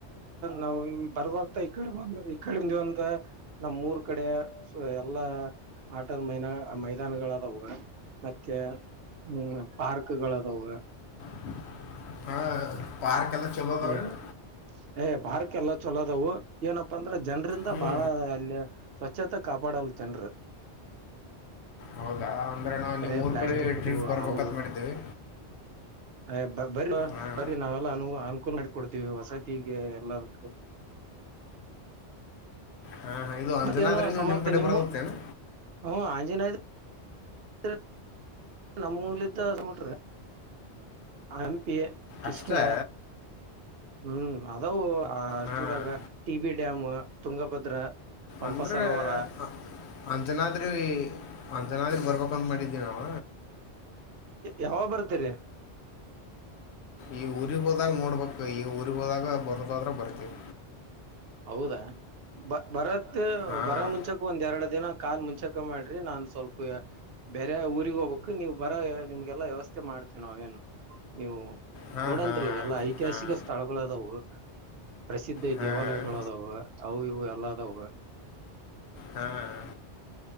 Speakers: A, on the right; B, on the left.
A: ನಾವು. ಬರಬರ್ತ ಈಕಡೆ <unintelligible> <unintelligible> ಅಂತ ನಮ್ಮ್ ಮೂರ್ ಕಡೆ ಅ ಎಲ್ಲಾ ಆ ಆಟದ ಮೈನ ಮೈದಾನಗಳದಾವುವ ಮತ್ತೆ. ಹ್ಮ್ ಪಾರ್ಕ್ಗಳದವು.
B: <unintelligible> ಹಾ ಪಾರ್ಕ ಎಲ್ಲ. ಚಲೋ ಅದಾವೇನು
A: <unintelligible> ಏ ಪಾರ್ಕೆಲ್ಲ. ಚುಲೋದವು ಏನಪ್ಪಾ ಅಂದ್ರ ಜನ್ರಿಂದ
B: ಹ್ಞೂ
A: ಬಾಳ ಅಲ್ಲೆ ಸ್ವಚ್ಛತಾ ಕಾಪಾಡಲ್ಲ್ ಜನ್ರ.
B: ಹೌದಾ. ಅಂದ್ರೆ ನಾವು
A: ಬರೆ
B: ನಿಮ್ಮ ಮೂರು
A: ಪ್ಲಾಸ್ಟಿಕೂ
B: ಕಡೆ ಟ್ರಿಪ್ ಬರ್ಬೇಕಂತ
A: ಆವ ಈವ
B: ಮಾಡಿದ್ದೀವಿ
A: ಎ ಬ ಬರ್ರ್ಯೋ
B: ಹಾಂ
A: ಬರ್ರೀ ನಾವೆಲ್ಲ ಅನು ಅನ್ಕೂಲ ಮಾಡ ಕೊಡ್ತೀವಿ ವಸತಿಗೆ ಎಲ್ಲದಕ್ಕೂ.
B: ಹಾಂ ಹಾಂ ಇದು ಅಂಜನಾದ್ರೂ
A: ಮತ್ತೇನೋ ಸಮರ್ಥ
B: ನಿಮ್ಮ ಕಡೆ
A: ನಿಮ್ಮೂ
B: ಬರೋದೇನು
A: ಹ್ಮ ಆಂಜನಾದ್ <unintelligible> ನಮ್ಮೂರ್ಲಿದ್ದ <unintelligible> ಆಯನ್ ಕಿಶ್ಕಿನ
B: ಅಷ್ಟೇ
A: ಹ್ಮ್ ಅದಾವು ಅ ಅಷ್ಟ್ರದಾಗ
B: ಹಾಂ
A: T B dam. Tungabhadra. Pampa
B: ಅಂದ್ರೆ
A: ಸರೋವರ
B: ಅ ಅಂಜನಾದ್ರಿ ಜನಾದ್ರೀ ಬರ್ಬೇಕಂತ್ ಮಾಡಿದ್ವಿ ನಾವ.
A: ಯಾವಾಗ ಬರ್ತೀರಿ.
B: ಈ ಊರಿಗ್ ಹೋದಾಗ ನೋಡ್ಬೇಕು ಈ ಊರಿಗ್ ಹೋದಾಗ ಬರೂದಾದ್ರ ಬರ್ತಿವಿ.
A: ಹೌದಾ ಬ ಬರ
B: ಹಾಂ
A: ಬರ ಮುಂಚಕ ಒಂದ್ ಎರಡು ದಿನ ಕಾಲ್ ಮಿಂಚಾಕ್ ಕ ಮಾಡ್ರಿ ನಾನ್ ಸ್ವಲ್ಪ ಬೇರೆ ಊರಿಗೆ ಹೋಗ್ಬೇಕ ನೀವ ಬರೋ ನಿಮ್ಗೆಲ್ಲ ವ್ಯವಸ್ಥೆ ಮಾಡ್ತೇವಿ ನಾವೇನು ನೀವು
B: ಹಾಂ
A: ನೋಡಂತ್ರಿ
B: ಹಾಂ
A: ಎಲ್ಲ ಐತಿಹಾಸಿಕ
B: ಹಾಂ
A: ಸ್ಥಳಗಳದವು ಪ್ರಸಿದ್ಧ
B: ಹಾಂ
A: ದೇವಾಲಯ ಅವು ಇವು ಎಲ್ಲ ಅದಾವ.
B: ಹಾಂ